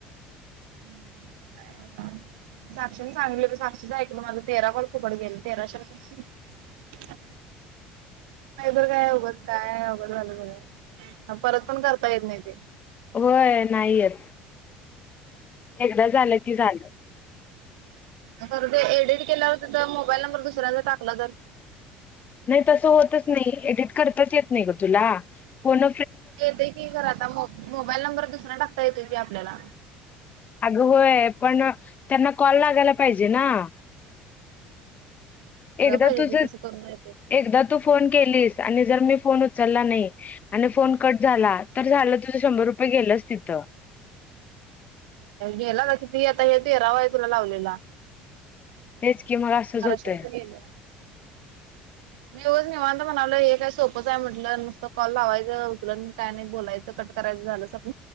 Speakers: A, on the right (about 65°); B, on the left (about 35°).
A: <unintelligible> साक्षीने सांगलं की साक्षीचं ऐकलं माझं तेरा कोल भुकड गेल तेराश का बर काय उगच काय आहे उगच झालं बर- ह परत पण करता येत नाही ते
B: होय नाही येत एकदा झालं की झालं
A: तर ते एडिट केल्यावरत तर मोबाईल नंबर दुसऱ्यांच टाकला तर
B: नाही तसं होतच नाही एडिट करताच येत नाही ग तुला कोण
A: येतत क खरा आता मो मोबाईल नंबर दुसरा टाकता येतो की आपल्याला
B: अगं होय पण त्यांना कॉल लागायला पाहिजे ना एकदा
A: पाहिजे
B: तुझ
A: ते तसं करून येते.
B: एकदा तू फोन केलीस आनि‌ मी फोन उचला नाही अशी फोन कट झाला तर झाल तुझं शंभर रुपये गेलच तिथं
A: गेला ना कि त आता हेेत तेरावा आहे तुला लावलेला
B: तेच की मग असंच
A: बाराशे
B: होतय
A: रुपये गेलं. मी एवज निवनत म्हणावलं हे काय सोपंच आहे म्हटलं नुसत कॉल लावायचं उतर काय नाही बोलायचं क करायचं झालं स्वप